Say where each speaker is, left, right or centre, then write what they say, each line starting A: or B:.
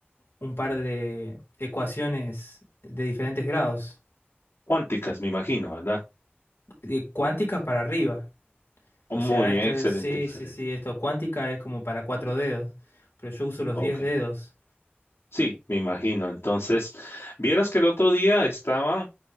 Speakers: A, on the left (about 65°); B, on the left (about 80°).
A: un par de ecuaciones de diferentes grados.
B: Cuánticas, me imagino, ¿verdad?
A: de cuántica para arriba.
B: Oh,
A: O
B: Muy
A: sea,
B: bien,
A: esto
B: excelente,
A: es, sí,
B: excelente.
A: sí, sí, esto cuántica es como para cuatro dedos, pero yo uso los
B: Ok.
A: diez dedos.
B: Sí, me imagino. Entonces, vieras que el otro día estaba